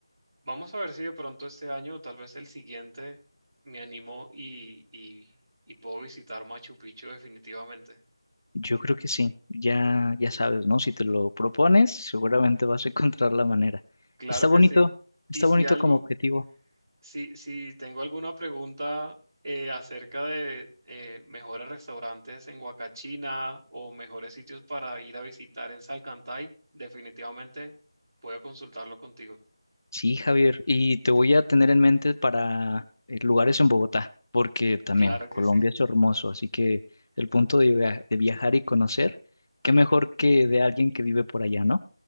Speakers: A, on the right (about 25°); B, on the left (about 40°).
A: vamos a ver si de pronto este año o tal vez el siguiente me animo y, y, y puedo visitar Machu Picchu definitivamente.
B: Yo creo que sí. Ya, ya sabes, ¿no? Si te lo propones, seguramente vas a encontrar la manera.
A: Claro
B: Está bonito,
A: que sí.
B: está
A: Y si
B: bonito
A: algo...
B: como objetivo.
A: Si, si tengo alguna pregunta eh, acerca de eh, mejores restaurantes en Huacachina o mejores sitios para ir a visitar en Salcantay, definitivamente puedo consultarlo contigo.
B: Sí, Javier, y te voy a tener en mente para eh, lugares en Bogotá, porque también
A: Claro
B: Colombia
A: que sí.
B: es hermoso, así que el punto de, via- de viajar y conocer, qué mejor que de alguien que vive por allá, ¿no?